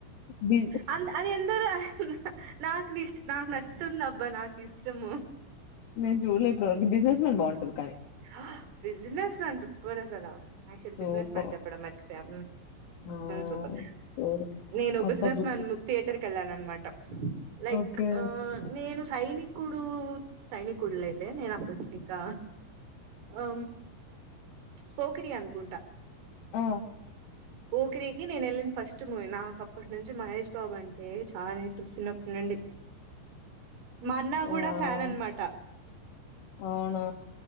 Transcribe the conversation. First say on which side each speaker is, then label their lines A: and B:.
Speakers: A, on the left; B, on the right.
A: బి
B: అ అది ఎందరు నాకు నీ నాకు నచ్చ అందబ్బా నాకు ఇష్టము
A: నేను చూడలే ఇప్పటివరకు బిజినెస్ మన్ బాగుంటది కానీ
B: ఆ business <unintelligible> actually
A: super
B: business men చెప్పడం మర్చిపోయా
A: ఆ
B: సూపర్
A: సూర్
B: నేను
A: అబ్బబ్బు
B: బిజినెస్ మెన్ థియేటర్ కి వెళ్ళాను అనమాట లైక్
A: ఓకే
B: ఆ నేను సైని కుడు సైని కు ఉళ్ల ఇతే నేన్ అప్పంటంకా ఆ పోకిరి అనుకుంటా
A: ఆ
B: ఓరికి నేను వెళ్ళిన ఫస్ట్ మూవీ నాకు అప్పటి నుంచి మహేష్ బాబు అంటే చాలా ఇష్టం చిన్న నుండి మా అన్న కూడా
A: వావ్
B: ఫ్యాన్ అనమాటా
A: అవునా